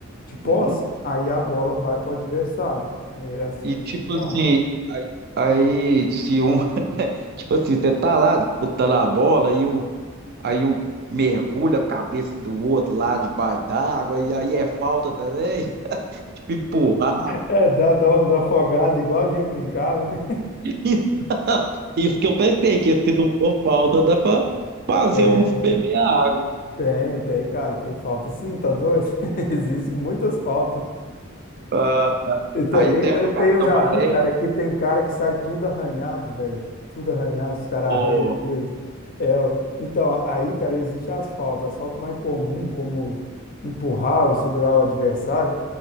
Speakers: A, on the left; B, on the right.
A: de posse,
B: Uhum.
A: aí a bola vai para o adversário. É assim
B: E
A: que
B: tipo
A: funciona.
B: assim, aí, aí se um, <laughs> tipo assim, você tá lá disputando a bola e um, aí um mergulha a cabeça do outro lá debaixo d'água e aí é falta também? <laughs> Tipo, empurrar.
A: É, dá, dá umas afogadas, igual a gente brincava, né?
B: <laughs> Então, Isso que eu pensei, que se não for falta, dá pra fazer
A: Tem,
B: uns beber água.
A: tem, tem, cara, tem falta sim, tá doido? <laughs> Existem muitas faltas.
B: Ah,
A: E te-
B: aí tem
A: e-
B: uma
A: Até
B: carta
A: eu já
B: amarela.
A: vi, cara, que tem cara que sai tudo arranhado, velho. Tudo arranhado, os caras
B: pô.
A: arranham eles. É, ué. então, a- aí, cara, existe asfalto. Asfalto mais comum, como empurrar ou segurar o adversário,